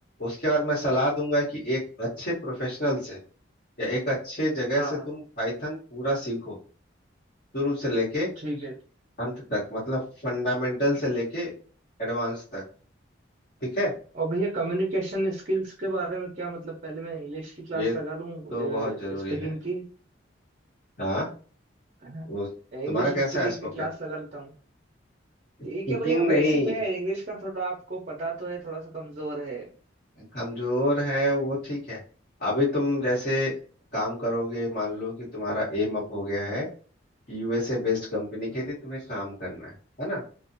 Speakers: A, on the left; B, on the right.
A: उसके बाद मैं सलाह दूंगा कि एक अच्छे प्रोफेशनल से या एक अच्छे जगह
B: हाँ
A: से
B: हाँ,
A: तुम पाइथन पूरा सीखो शुरू से लेके
B: ठीक है
A: अंत तक मतलब फंडामेंटल से लेके एडवांस तक ठीक है
B: और भैया कम्युनिकेशन स्किल्स के बारे में क्या मतलब पहले मैं इंग्लिश की क्लास
A: ये
B: लगा लूं
A: तो बहुत जरूरी
B: स्पीकिंग
A: है
B: की
A: हाँ
B: है ना
A: वो
B: इंग्लिश
A: तुम्हारा कैसा
B: स्पीकिंग
A: है स्पोकन
B: की क्लास लगा लेता हूँ
A: स्पीकिंग
B: ठीक है भैया
A: नहीं
B: बेसिक है इंग्लिश का थोड़ा आपको पता तो है थोड़ा सा कमजोर है
A: कमजोर है वो ठीक है अभी तुम जैसे काम करोगे मान लो कि तुम्हारा एम अब हो गया है यूएसए बेस्ड कंपनी के
B: हाँ
A: लिए तुम्हें काम करना है है ना